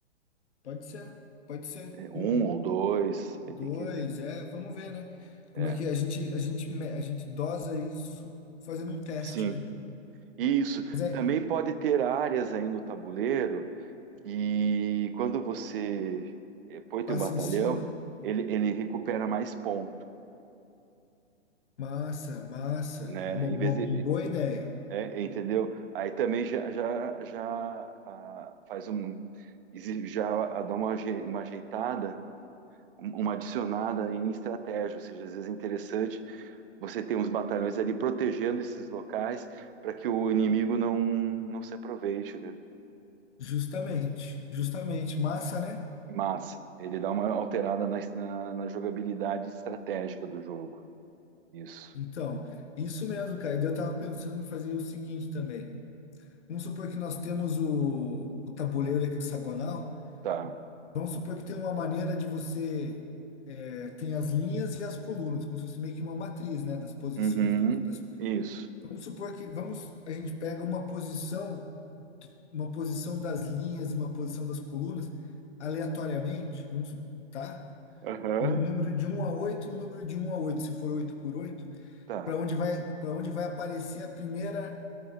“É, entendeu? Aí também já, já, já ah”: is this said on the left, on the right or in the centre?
Right